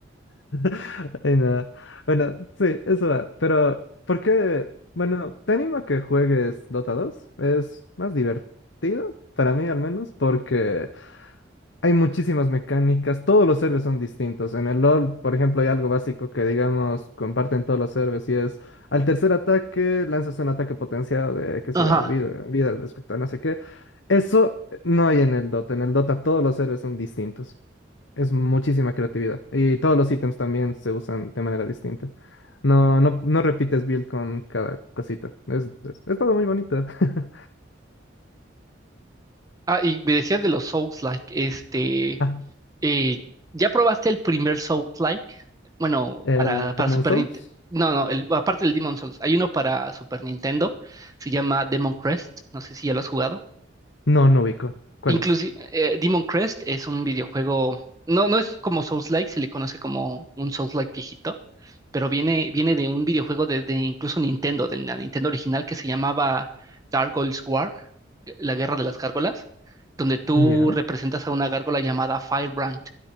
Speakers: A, on the left; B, on the right.
A: <laughs> Ay, no. Bueno, sí, eso va. Pero, ¿por qué? Bueno, te animo a que juegues Dota dos Es más divertido, para mí al menos, porque hay muchísimas mecánicas. Todos los servers son distintos. En el LoL, por ejemplo, hay algo básico que, digamos, comparten todos los servers y es al tercer ataque lanzas un ataque potenciado de, qué
B: Ajá.
A: sé yo, vida, vida respecto a no sé qué. Eso no hay en el Dota. En el Dota todos los servers son distintos. Es muchísima creatividad. Y todos los ítems también se usan de manera distinta. No, no, no repites build con cada cosita. Es, es, es todo muy bonito. <laughs>
B: Ah, y me decías de los Souls-like, este,
A: Ah,
B: eh, ¿ya probaste el primer Souls-like? Bueno,
A: ¿el
B: para, para
A: Demon
B: Super
A: Souls?
B: Nintendo. No, no, el- aparte del Demon Souls, hay uno para Super Nintendo, se llama Demon Crest, no sé si ya lo has jugado.
A: No, no ubico. ¿Cuál
B: Inclusive,
A: es?
B: eh, Demon Crest es un videojuego, no, no es como Souls-like, se le conoce como un Souls-like viejito, pero viene, viene de un videojuego de, de incluso Nintendo, de la Nintendo original que se llamaba Gargoyles War, la guerra de las gárgolas, donde tú
A: Ya,
B: representas a una gárgola llamada Firebrand